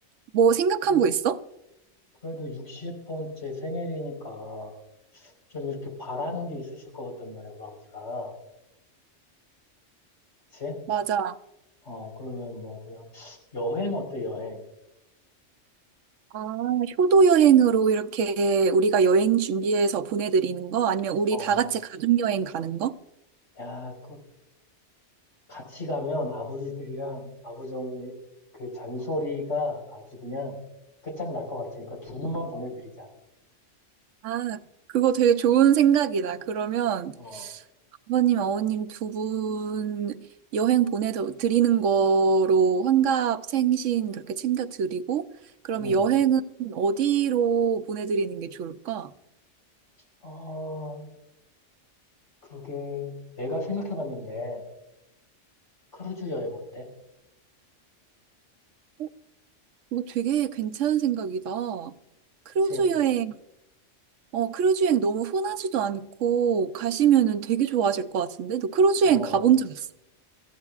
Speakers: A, on the right; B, on the left.
A: 뭐 생각한
B: 그래-
A: 거 있어?
B: 그래도 60번째 생일이니까 좀 이렇게 바라는 게 있으실 것 같단 말이야, 우리 아버지가. 그치?
A: 맞아.
B: 어, 그러면 뭐 그냥 여행 어때, 여행?
A: 아, 효도 여행으로 이렇게 우리가 여행 준비해서 보내드리는 거? 아니면 우리
B: 어,
A: 다 같이 가족 여행 가는 거?
B: 야, 그 같이 가면 아버지들이랑 아버지 어머니 그 잔소리가 아주 그냥 끝장날 것 같으니까 두 분만 보내드리자.
A: 아, 그거 되게 좋은 생각이다. 그러면
B: 어,
A: 아버님, 어머님 두 분 여행 보내드리는 거로 환갑 생신 그렇게 챙겨드리고, 그러면
B: 응.
A: 여행은 어디로 보내드리는 게 좋을까?
B: 어, 그게 내가 생각해봤는데 크루즈 여행 어때?
A: 어, 이거 되게 괜찮은 생각이다. 크루즈
B: 그치?
A: 여행, 어, 크루즈 여행 너무 흔하지도 않고 가시면은 되게 좋아하실 것 같은데? 너 크루즈
B: 어,
A: 여행 가본 적 있어?